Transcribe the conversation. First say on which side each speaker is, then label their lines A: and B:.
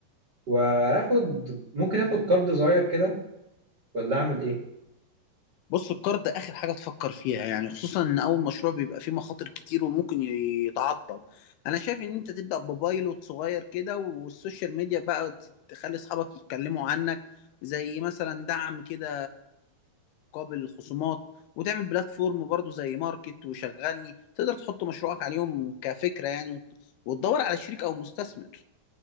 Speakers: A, on the right (about 40°); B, on the left (about 80°).
A: وآخد ممكن آخد قرض صغير كده ولا أعمل إيه
B: بص القرض ده اخر حاجه تفكر فيها يعني خصوصا ان اول مشروع بيبقى فيه مخاطر كتير وممكن يتعطل انا شايف ان انت تبدا ببايلوت صغير كده والسوشيال ميديا بقى ت- تخلي اصحابك يتكلموا عنك زي مثلا دعم كده مقابل الخصومات وتعمل بلاتفورم برضو زي ماركت وشغلني تقدر تحط مشروعك عليهم كفكره يعني وت- وتدور على شريك او مستثمر